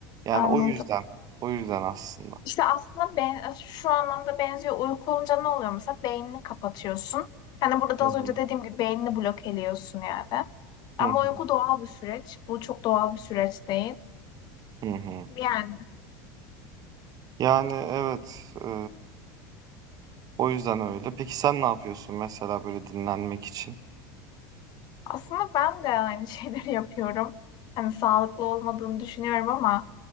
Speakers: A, on the right (about 40°); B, on the left (about 45°).
A: Yani
B: Anladım.
A: o yüzden. O yüzden aslında.
B: İşte aslında ben, şu anlamda benziyor. Uyku olunca ne oluyor mesela? Beynini kapatıyorsun. Hani burada da
A: Hı
B: az
A: hı.
B: önce dediğim gibi beynini blok ediyorsun yani. Ama
A: Hı hı.
B: uyku doğal bir süreç. Bu çok doğal bir süreç değil.
A: Hı hı.
B: Yani
A: Yani evet. e, o yüzden öyle. Peki sen ne yapıyorsun mesela böyle dinlenmek için?
B: aslında ben de aynı şeyleri <laughs> yapıyorum. Hani sağlıklı olmadığını düşünüyorum ama